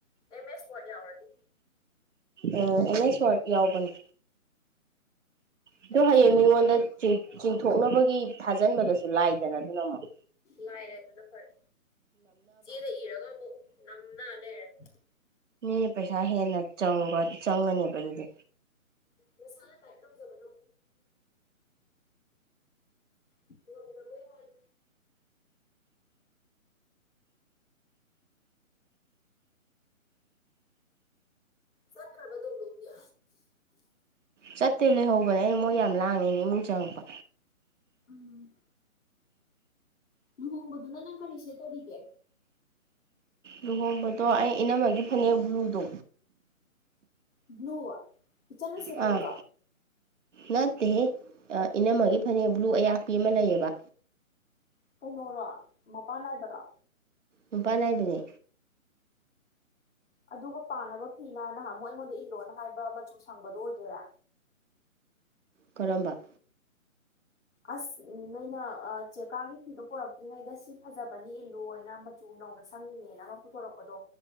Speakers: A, on the left; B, on the right.
A: ꯑꯦꯝ ꯑꯦꯁ ꯋꯥꯔꯗ ꯌꯥꯎꯔꯗꯤ
B: ꯑ ꯑꯦꯝ ꯑꯦꯁ ꯋꯥꯔꯗ ꯌꯥꯎꯕꯅꯤ ꯑꯗꯣ
A: ꯑꯦꯝ ꯑꯦꯁ
B: ꯍꯌꯦꯡ
A: ꯋꯥꯔꯗ
B: ꯃꯤꯉꯣꯟꯗ
A: ꯌꯥꯎꯔꯗꯤ
B: ꯆꯤꯡ
A: ꯐꯣꯟꯗ
B: ꯆꯤꯡꯊꯣꯛꯅꯕꯒꯤ
A: ꯏꯔꯣ
B: ꯊꯥꯖꯤꯟꯕꯗꯁꯨ ꯂꯥꯏꯗꯅ ꯑꯗꯨꯅ ꯑꯃꯨꯛ
A: ꯂꯥꯏꯔꯦ ꯑꯗꯨꯅ ꯐꯔꯦ ꯆꯦꯗ ꯏꯔꯒ ꯑꯃꯨꯛ ꯅꯝꯅ ꯂꯩꯔꯗꯤ
B: ꯃꯤꯅ ꯄꯩꯁꯥ ꯍꯦꯟꯅ ꯆꯪꯕ ꯆꯪꯉꯅꯦꯕ ꯑꯗꯨꯗꯤ
A: ꯎꯝ ꯃꯁꯥꯅ ꯇꯥꯏꯞ ꯇꯧꯖꯕꯅꯤ ꯉꯥꯝꯗꯕꯒꯤ ꯋꯥꯅꯤ ꯆꯠꯈ꯭ꯔꯕ ꯗꯣꯡꯗꯣꯡꯗꯤ
B: ꯆꯠꯇꯦ ꯂꯩꯍꯧꯕꯅꯦ ꯑꯩ ꯃꯣꯏ ꯌꯥꯝ ꯂꯥꯡꯉꯦꯅ ꯏꯃꯨꯡ ꯆꯪꯉꯛꯄ
A: ꯎꯝ ꯂꯨꯍꯣꯡꯕꯗꯨꯅ ꯅꯪ ꯀꯔꯤ ꯁꯦꯠ ꯇꯧꯔꯤꯒꯦ
B: ꯂꯨꯍꯣꯡꯕꯗꯣ ꯑꯩ ꯏꯅꯝꯃꯒꯤ ꯐꯅꯦꯛ ꯕ꯭ꯂꯨꯗꯣ
A: ꯕ꯭ꯂꯨ ꯏꯆꯟꯅ ꯁꯦꯠꯄꯗꯨꯔꯣ
B: ꯑꯥ ꯅꯠꯇꯦꯍꯦ ꯑ ꯏꯅꯝꯃꯒꯤ ꯐꯅꯦꯛ ꯕ꯭ꯂꯨ ꯑꯌꯥꯛꯄꯤ ꯑꯃ ꯂꯩꯌꯦꯕ
A: ꯀꯩꯅꯣꯔꯣ ꯃꯄꯥꯟ ꯅꯥꯏꯕꯔꯣ
B: ꯃꯄꯥꯟ ꯅꯥꯏꯕꯅꯦ
A: ꯑꯗꯨꯒ ꯄꯥꯅꯕ ꯐꯤ ꯃꯅ ꯅꯍꯥꯟꯃꯨꯛ ꯑꯩꯉꯣꯟꯗ ꯏꯜꯂꯣꯅ ꯍꯥꯏꯕ ꯃꯆꯨ ꯁꯪꯕꯗꯣ ꯑꯣꯏꯗꯣꯏꯔꯥ
B: ꯀꯔꯝꯕ
A: ꯑꯁ ꯅꯣꯏꯅ ꯑ ꯆꯦꯛꯀꯥꯒꯤ ꯐꯤꯗꯣ ꯄꯨꯔꯛꯇ꯭ꯔꯤꯉꯩꯗ ꯁꯤ ꯐꯖꯕꯅꯤ ꯏꯜꯂꯨꯅ ꯃꯆꯨ ꯅꯧꯅ ꯁꯪꯉꯤꯅꯦꯅ ꯑꯃ ꯄꯨꯊꯣꯔꯛꯄꯗꯣ